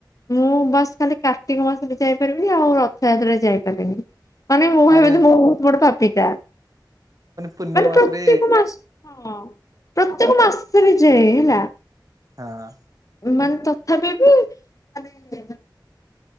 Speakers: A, on the left; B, on the right.
A: ମୁଁ ବାସ ଖାଲି କା ର୍ତ୍ତିକ ମାସରେ ଯାଇପାରିବିନି ଆଉ ରଥଯାତ୍ରାରେ ଯାଇପାରିବିନି ମାନେ ମୁଁ ଭାବିଲି
B: ଆରେ ଆରେ
A: ମୁଁ ବହୁତ ବଡପାପ ଟୀକା ପ
B: ପୂର୍ଣ୍ଣିମା
A: ମାନେ
B: ମାସରେ
A: ପ୍ରତ୍ୟେକ ମାସ ହଁ ପ୍ରତ୍ୟେକ ମାସ ସରେ ଯାଏ ବିଜୟ ହେଲା।
B: ହଁ।
A: ମାନେ ତଥାପି ବି ମାନେ